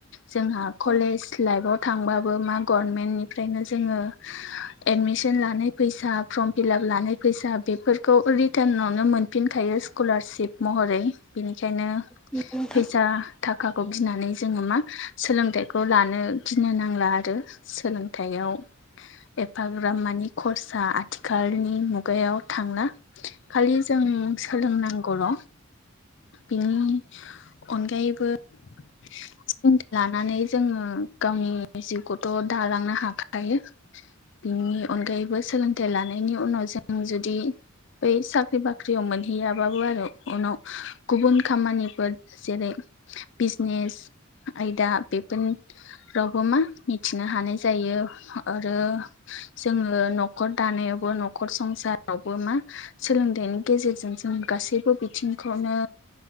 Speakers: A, on the left; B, in the centre.
A: जोंहा कलेज
B: औ
A: लाइफआव थांबाबो मा गरमेन्टनिफ्रायनो जोङो एडमिसन लानाय फैसा फर्म फिलाप लानाय फैसा बेफोरखौ ओरै टानावनो मोनफिनखायो स्कुलारशिप महरै बेनिखायनो
B: नंगौ नोंथां
A: फैसा थाखाखौ गिनानै जोङो मा सोलोंथाइ खौ लानो गिनो नांला आरो सोलोंथाइयाव एफाग्रामानि कर्साआ आथिखालनि मुगायाव थांला खालि जों सोलोंनांगौल' बिनि अनगायैबो सोलोंथाइ लानानै जोङो गावनि जिउखौथ' दालांनो हाखायो। बिनि अनगायैबो सोलोंथाइ लानायनि उनाव जों जुदि बै साख्रि बाख्रियाव मोनहैयाबाबो आरो उनाव गुबुन खामानि फोर जेरै बिजनेस आयदा बेफोरनि रावबो मा मिथिनो हानाय जायो आरो जोंङो न'खर दानायावबो न'खर संसारावबो मा सोलोंथाइनि गेजेरजों जों गासैबो बिथिंखौनो